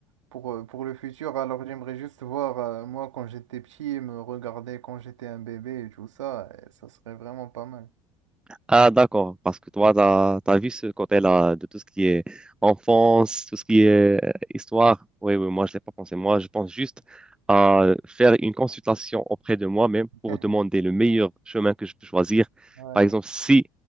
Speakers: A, on the right (about 80°); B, in the centre.
A: pour, euh, pour le futur, alors j'aimerais juste voir, euh, moi, quand j'étais petit, me regarder quand j'étais un bébé et tout ça, et ça serait vraiment pas mal.
B: Ah, d'accord, parce que toi, t'as, t'as vu ce côté-là de tout ce qui est enfance, tout ce qui est euh, histoire. Oui, oui, moi, je l'ai pas pensé. Moi, je pense juste à faire une consultation auprès de moi-même
A: <laughs>
B: pour demander le meilleur chemin que je peux choisir.
A: Ouais,
B: Par exemple, si,